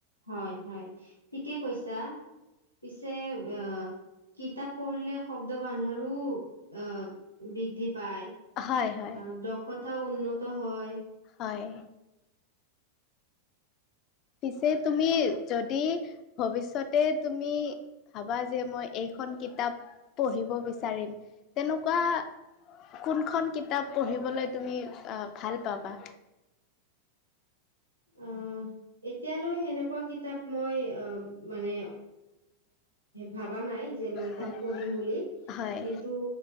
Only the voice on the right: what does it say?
হয় হয় ঠিকে কৈছা পিছে অ কিতাপ পঢ়িলে শব্দ বান্ধৰো আ বৃদ্ধি পায়
আৰু দখত কথাও উন্নত হয়
উম! এতিয়ালৈ সেনেকুৱা কিতাপ মই অ মানে ভাবা নাই যে মই এইখন
পঢ়িম বুলি
কিন্তু